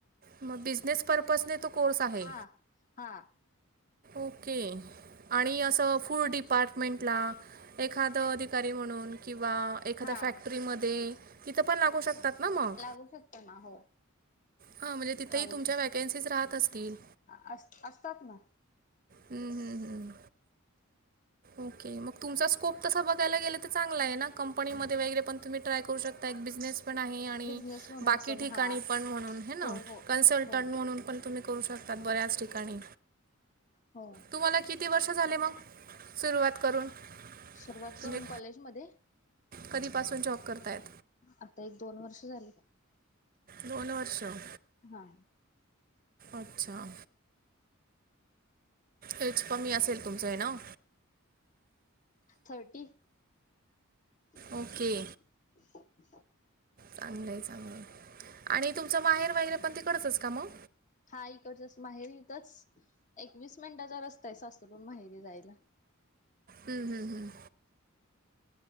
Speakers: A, on the right; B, on the left.
A: मग बिझनेस पर्पजने तो कोर्स आहे.
B: हा हा
A: ओके आणि अस फूड डिपार्टमेंटला एखाद अधिक दे म्हणून किंवा एखाद्या
B: हा
A: फॅक्टरी मधे तिथं पण लागुं शकतात ना मग
B: लागू शकतो ना हो.
A: हा म्हणजे तिथेही
B: लागू
A: तुमच्या
B: शकतो.
A: वॅकन्सीज राहत असतील.
B: अस असतात ना
A: हम्म हम्म हम्म. ओके मग तुमचा स्कोप तसा बघायला गेलं तर चांगला आहे ना कंपनीमध्ये वगैरे पण तुम्ही ट्राय करू शकता एक बिझनेस पण आहे आणि
B: बिझनेस म्हणून
A: बाकी
B: पण
A: ठिकाणी
B: हा
A: पण म्हणून. है
B: हो हो
A: कन्सल्टंट
B: हो
A: म्हणून पण तुम्ही करू शकता बऱ्याच ठिकाणी.
B: हो.
A: तुम्हाला किती वर्ष झाले मग सुरुवात करून?
B: सुरुवात
A: म्हणजे
B: करून कॉलेजमध्ये.
A: कधीपासून जॉब करतायत.
B: आता एक दोन वर्ष झाली.
A: दोन वर्षं.
B: हां.
A: अच्छा. एज कमी असेल, तुमचं ये ना ओ.
B: थर्टी. <inaudible>
A: ओके चांगलं आहे चांगलं आहे. आणि तुमचं माहेर वगैरे पण तिकडचं का मग?
B: हा इकडचंच माहेर‌ इथंच एकवीस मिनिटाचा रस्ता आहे. सास तिथून माहेरी जायला
A: हम्म हम्म हम्म.